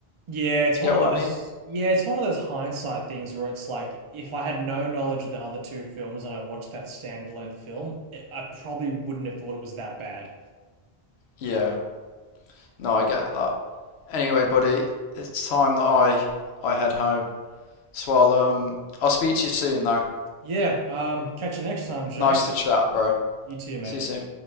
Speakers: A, on the right; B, on the left.
A: Yeah,
B: Do
A: it's
B: you
A: one
B: get
A: of
B: what I
A: those.
B: mean?
A: Yeah, it's one of those hindsight things where it's like if I had no knowledge of the other two films and I watched that standalone film, it, I probably wouldn't have thought it was that bad.
B: Yeah. No, I get that. Anyway, buddy, it's time that I I head home. So I'll um I'll speak to you soon though.
A: Yeah, um, catch you next time, Jake.
B: Nice to chat, bro.
A: You too, mate.
B: See you soon.